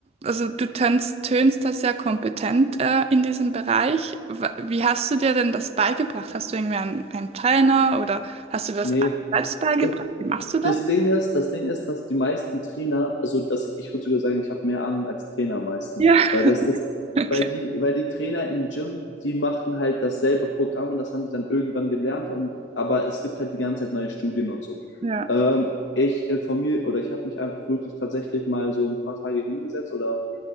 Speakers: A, on the right (about 35°); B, on the left (about 85°).
A: also du tönst, tönst da sehr kompetent äh, in diesem Bereich. Wa- Wie hast du dir denn das beigebracht? Hast du irgendwie einen, einen Trainer oder hast du das
B: nee,
A: alles selbst beigebracht?
B: das,
A: Wie machst du das?
B: Das Ding ist, das Ding ist, dass die meisten Trainer, also dass ich würde sogar sagen, ich habe mehr Ahnung als Trainer meistens,
A: Ja,
B: weil das ist,
A: <laughs> okay.
B: weil die, weil die Trainer im Gym, die machen halt dasselbe Programm und das haben die dann irgendwann gelernt und aber es gibt halt die ganze Zeit neue Studien und so.
A: Ja.
B: Ähm, ich informiere oder ich habe mich einfach wirklich tatsächlich mal so ein paar Tage hingesetzt oder